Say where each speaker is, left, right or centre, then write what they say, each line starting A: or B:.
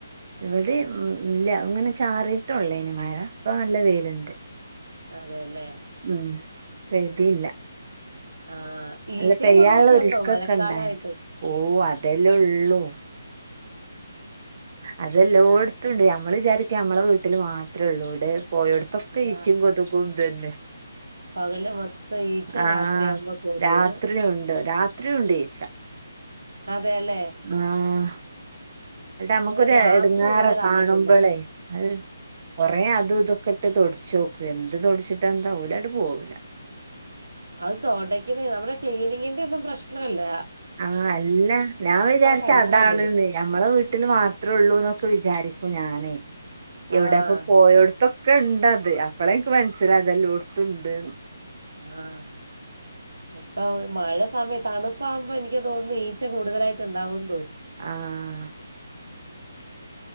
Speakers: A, on the right (about 45°); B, on the right (about 65°).
A: ഇവിടെല്ല അങ്ങനെ ചാറിട്ടള്ളതിന് മര അപ്പൊ നല്ല വെലുണ്ട്
B: അതെല്ലേ
A: ഉം വേദിയില്ല
B: ആഹ് ഈച്ചയും
A: നല്ല പെയ്യാനുള്ള
B: കൊതുകൊക്കെ ഉണ്ടോ
A: ഒക്കൊക്കെ
B: മഴക്കാലമായിട്ട്
A: ഉണ്ടായി ഓ അതെലേള്ളൂ അതെല്ലോോടുത്തണ്ട് ഞമ്മൾ വിചാരിക്ക നഞമ്മളെ വീട്ടിൽ മാത്രമേ ഉള്ളൂ ഇടെ പോഓ എവിടുത്തപ്പ
B: അതാ
A: ച്ചിങ്ങ ദക്കം തന്നെ
B: പകല് മൊത്തം ഈച്ച
A: ആഹ്
B: രാത്രിയാകുമ്പോ കൊതുക്
A: രാത്രി ഉണ്ട് രാത്രിുണ്ട് ചേച്ച
B: അതെല്ലേ
A: ആഹ് എന്നട്ട് നമ്മുക്കൊരു
B: ഇവിടെ രാത്രി
A: എടുങ്ങാറാ
B: അങ്ങനെ കണ്ടിട്ടില്ല
A: കാണുമ്പോളേ അത കൊറേ അതും ഇതൊക്കെ ഇട്ട് തൊടച്ച് നോക്കും എന്ത് തൊടിച്ചിട്ട എന്താവലായിട്ട് പോവില്ല
B: അത് തോടയ്ക്കുന്ന നമ്മുടെ ക്ലീനിങ്ങിന്റെ ഒന്നും പ്രശ്നല്ല
A: ആഹ് അല്ല ഞാൻ വിചാരിച്ച
B: ടൈമാണത്
A: അതാണ് ന്ന് ഞമ്മളെ വീട്ടിൽ മാത്രമേ ഉള്ളൂ എന്നൊക്കെ വിചാരിക്കൂ ഞാനേ ഇവിടെക്ക
B: ആഹ്
A: പോയടത്തൊ ഒക്കെ ഉണ്ട് അത് അപ്പോള എനിക്ക് മനസ്സിലായി അതെല്ലാം കൊടുത്തണ്ട്
B: ആഹ് അപ്പൊ മഴ സമയം തണുപ്പകുമ്പോ എനിക്ക് തോന്നുന്നു ഈച്ച കൂടുതലായിട്ട് ഉണ്ടാവോന്ന് തോന്നുന്നു
A: ആഹ്